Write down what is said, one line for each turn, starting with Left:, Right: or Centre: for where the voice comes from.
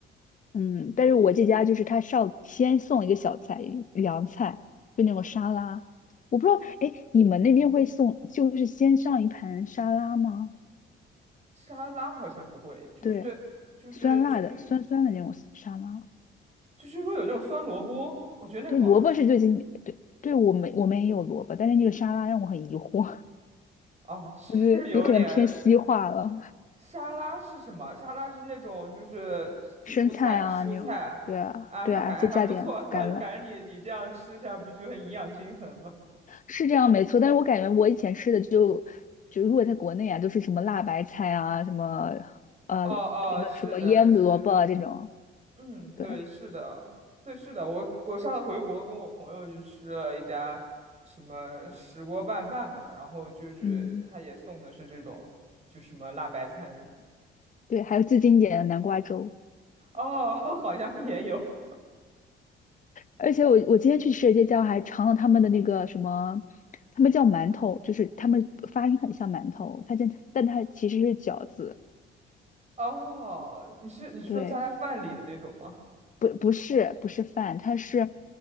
Left: 嗯，但是我这家就是他上先送一个小菜，凉菜，就那种沙拉。我不知道，哎，你们那边会送，就是先上一盘沙拉吗？
Right: 沙拉好像不会，就是就是就是
Left: 对，酸辣的，酸酸的那种沙拉。
Right: 就是会有那种酸萝卜，我觉得那个好好吃。
Left: 对，萝卜是最近，对，对我们我们也有萝卜，但是那个沙拉让我很疑惑，
Right: 哦，
Left: <laughs>
Right: 是有点
Left: 对，觉得有可能偏西化了，
Right: 沙拉是什么？沙拉是那种就是就蔬菜蔬菜啊，
Left: 生菜啊那种。对啊，对啊，
Right: 那感觉还不错，
Left: 再加点橄榄，
Right: <laughs> 感觉你你这样吃下不就很营养均衡吗？
Left: 是这样没错，但是我感觉我以前吃的就就如果在国内啊，都是什么辣白菜啊，什么呃那个什么腌萝卜啊这种，
Right: 哦哦，是的，是的，嗯，
Left: 对，
Right: 对，是的，对，是的，我我上次回国跟我朋友去吃了一家什么石锅拌饭吧，然后就是他也送的是这种就什么辣白菜什么的，
Left: 嗯，对，还有最经典的南瓜粥。
Right: 哦，<laughs> 好像也有，
Left: 而且我我今天去吃的这家还尝了他们的那个什么，他们叫馒头，就是他们发音很像馒头，它但但它其实是饺子，
Right: 哦，你是你是说加在饭里的那种吗？
Left: 对。不不是不是饭，它是